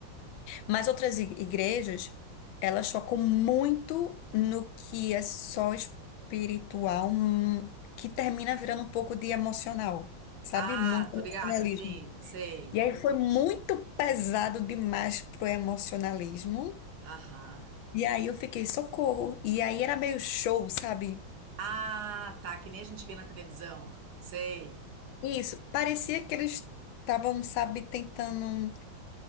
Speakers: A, on the left; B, on the right.
A: Mas outras i- igrejas, elas focam muito no que é só espiritual, hum, que termina virando um pouco de emocional, sabe?
B: Ah,
A: Muito
B: tô
A: emocionalismo.
B: ligada, sim, sei.
A: E aí foi muito pesado demais pro emocionalismo.
B: Aham.
A: E aí eu fiquei, socorro. E aí era meio show, sabe?
B: Ah, tá, que nem a gente vê na televisão. Sei.
A: Isso, parecia que eles estavam, sabe, tentando.